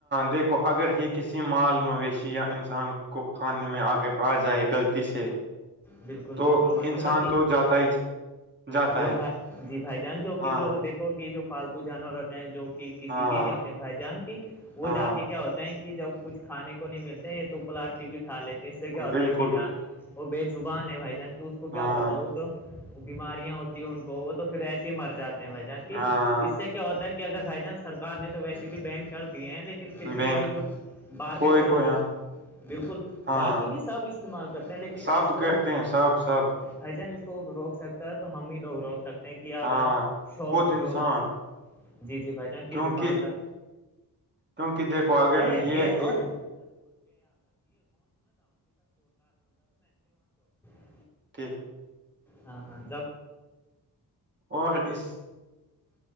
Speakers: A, on the right; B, in the centre.
A: دیکھو اگر یہ کسی مال مویشی یا انسان کو کھانے آگے آ جائے غلطی سے
B: بالکل
A: تو
B: بالکل ماشاء
A: انسان
B: اللہ کہ
A: تو جاتا ہی جاتا
B: جو
A: ہے
B: بھائی جی بھائی جان جو
A: ہاں
B: کہ جو دیکھو کہ جو پالتو جانور ہوتے ہیں جو کہ کسی
A: ہاں
B: کے نہیں ہوتے ہیں بھائی جان کہ وہ
A: ہاں
B: جا کے کیا ہوتا ہے کہ جب کچھ کھانے کو نہیں ملتے ہیں یہ تو پلاسٹک بھی کھا لیتے ہیں اس سے کیا ہوتا
A: بالکل
B: ہے کہ
A: بھی
B: جہاں وہ بے زبان ہے بھائی جہاں اس کو
A: ہاں
B: کیا پتا ہے وہ تو بیماریاں ہوتی ہیں ان کو وہ تو پھر ایسے ہی مر جاتے ہیں بھائی جان کہ
A: ہاں
B: اس سے کیا ہوتا ہے کہ اگر ہھائی جان سرکار نے تو ویسے بھی بین کر دیے ہیں لیکن پھر بھی
A: بہن
B: کوئی جو باقی
A: کوئی
B: جو
A: کوئی ہاں
B: بالکل
A: ہاں
B: باقی نہیں سب استعمال کرتے ہیں لیکن
A: سب
B: اس کو
A: کرتے ہیں سب سب
B: بھائی جان اس کو روک سکتا ہے تو ہم ہی لوگ روک سکتے ہیں کہ اگر
A: ہاں
B: شوق
A: خود انسان
B: جو جی جی بھائی جان کی
A: کیونکہ
B: دکاندار
A: کیونکہ دیکھو اگر
B: ارے
A: یہ یہ-
B: اور <inaudible>
A: ٹھیک
B: ہاں ہاں
A: اور اس